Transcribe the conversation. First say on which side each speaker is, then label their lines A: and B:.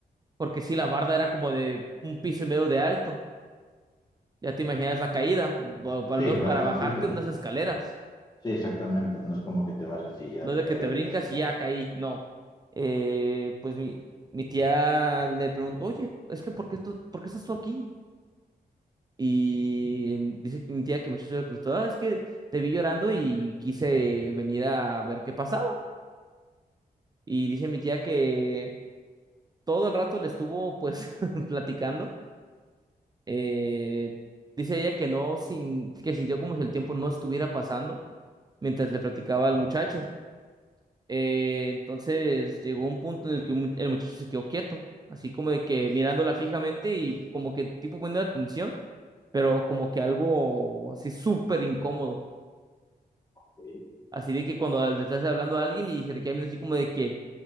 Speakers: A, on the right; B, on the left.
A: porque sí, la barda era como de un piso y medio de alto. Ya te imaginas la caída, o al
B: Sí,
A: menos para
B: bastantito.
A: bajarte unas escaleras.
B: Sí, exactamente. No es como que te bajas y ya
A: No es de
B: te
A: que
B: avientas
A: te brincas
B: y ya.
A: y ya caí, no. Eh, pues mi, mi tía le preguntó, oye, es que ¿por qué, tú, por qué estás tú aquí? Y em, dice que mi tía que el muchacho se contestó, "Ah, es que te vi llorando y quise venir a ver qué pasaba. Y dice mi tía que todo el rato le estuvo pues <laughs> platicando. Eh, dice ella que no, sin, que sintió como si el tiempo no estuviera pasando mientras le platicaba al muchacho. Eh, entonces llegó un punto en el que un mu- el muchacho se quedó quieto, así como de que mirándola fijamente y como que tipo poniendo atención, pero como que algo así súper incómodo.
B: Ok.
A: Así de que cuando le estás hablando a alguien y se te queda viendo así como de que